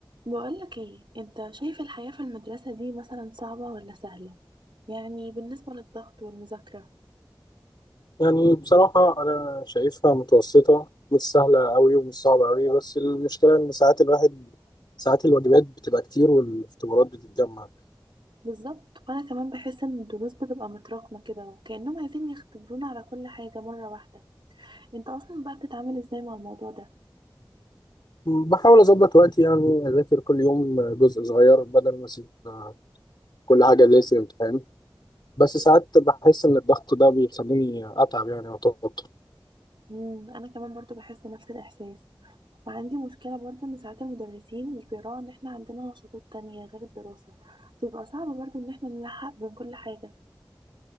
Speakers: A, on the right; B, on the left.
A: بقولك ايه انت شايف الحياة في المدرسة دي مثلا صعبة ولا سهلة يعني بالنسبة للضغط والمذاكرة
B: يعني بصراحة أنا شايفها متوسطة مش سهلة أوي ومش صعبة أوي بس المشكلة إن ساعات الواحد ساعات الواجبات بتبقى كتير والاختبارات بتتجمع
A: بالظبط وانا كمان بحس ان الدروس بتبقى متراكمة كده وكأنهم عايزين يختبرونا على كل حاجة مرة واحدة انت اصلا بقى بتتعامل ازاي مع الموضوع ده
B: بحاول أظبط وقتي يعني أذاكر كل يوم جزء صغير بدل ما أسيب آه، كل حاجة ليلة الامتحان بس ساعات بحس إن الضغط ده بيخليني أتعب يعني أو أتوتر
A: امم انا كمان برضو بحس نفس الاحساس وعندي مشكلة برضو ان ساعات المدرسين مش بيراعوا ان احنا عندنا نشاطات تانية غير الدراسة بيبقى صعب برضو ان احنا نلحق بين كل حاجة